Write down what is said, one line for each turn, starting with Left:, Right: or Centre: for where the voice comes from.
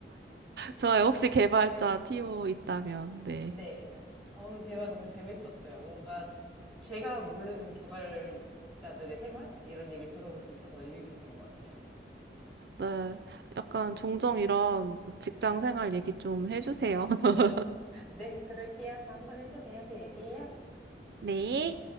Right: 좋아요. 혹시 개발자
Centre: 네.
Right: TO 있다면, 네.
Centre: 네. 아, 오늘 대화 너무 재밌었어요. 뭔가 제가 모르는 개발자들의 생활? 이런 얘기를 들어볼 수 있어서 유익했던 것 같아요.
Right: 네. 약간 종종 이런 직장 생활 얘기 좀 해주세요. <laughs>
Centre: 네, 그럴게요. 다음번에 또 뵈요. 또 얘기해요.
Right: 네.